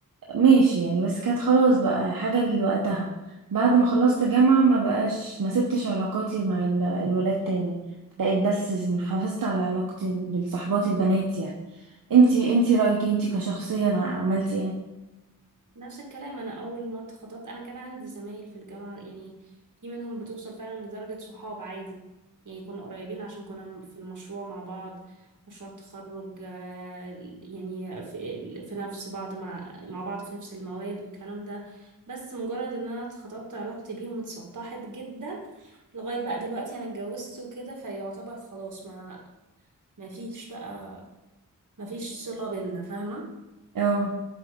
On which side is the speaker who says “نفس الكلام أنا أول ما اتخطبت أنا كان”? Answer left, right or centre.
Right